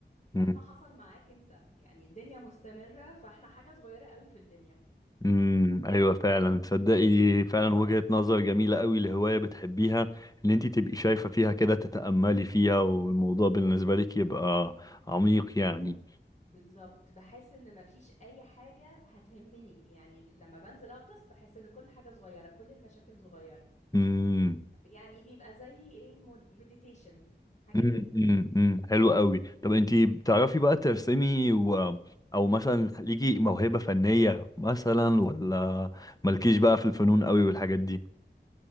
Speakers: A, on the left (about 40°); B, on the left (about 20°).
A: مهما
B: امم
A: حصل معاك انت يعني الدنيا مستمرة فاحنا حاجة صغيرة قوي في الدنيا
B: أمم، ايوه فعلا تصدقي فعلا
A: اه
B: وجهة نظر جميلة قوي لهواية بتحبيها ان انتي تبقي شايفة فيها كده تتأملي فيها والموضوع بالنسبة لك يبقى عميق يعني
A: بالظبط بحس ان مفيش اي حاجة هتهمني يعني لما بنزل اغطس بحس ان كل حاجة صغيرة كل المشاكل صغيرة
B: امم
A: يعني بيبقى زي ايه مديتيشن حاجة
B: امم
A: كده
B: امم أمم. حلو قوي طب انتي بتعرفي بقى ترسمي و... او مثلا ليكي موهبة فنية مثلا ولا مالكيش بقى في الفنون قوي والحاجات دي